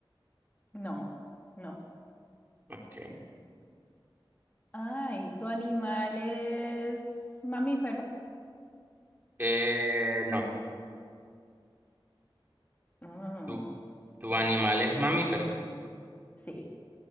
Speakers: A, on the left; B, on the right.
A: No, no.
B: Ok.
A: Ay, ¿tu animal es mamífero?
B: Eh, no.
A: Mm,
B: Tu, tu
A: ok,
B: animal es mamífero.
A: Sí.